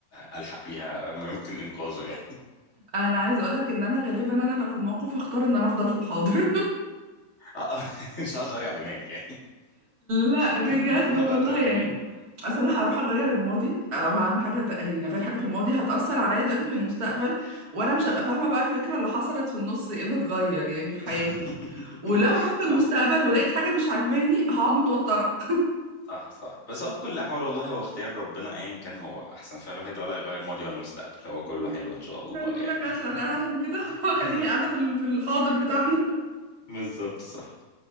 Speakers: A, on the left (about 45°); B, on the right (about 55°).
A: الحق بيها ممكن انقاذه يعني.
B: انا عايزه اقولك ان انا غالبا انا لو في الموقف هختار ان انا افضل في الحاضر
A: آه، <laughs> مش عاوز اوجع دماغي يعني
B: لا بجد
A: <laughs> بس هقعد
B: والله
A: اتعب
B: يعني
A: دماغي
B: اصل انا هروح اغير الماضي او هعمل حاجه ت- يعني اغير حاجه في الماضي هتاثر عليا دلوقتي في المستقبل وانا مش هبقى فاهمه بقى الفكره اللي حصلت في النص ايه اللي اتغير يعني في حياتي
A: <laughs>
B: ولو رحت
A: صح
B: المستقبل ولقيت حاجه مش عاجباني هقعد متوتره
A: صح صح بس هو في كل الاحوال والله هو اختيار ربنا ايا كان هو احسن فالواحد ولا يغير ماضي ولا مستقبل هو كله
B: <laughs>
A: حلو ان شاء الله
B: انا بقول
A: يعني
B: لك عشان انا عشان كده
A: <laughs>
B: <laughs>
A: بالظبط
B: خليني قاعده في ال- في الحاضر بتاعنا
A: بالظبط صح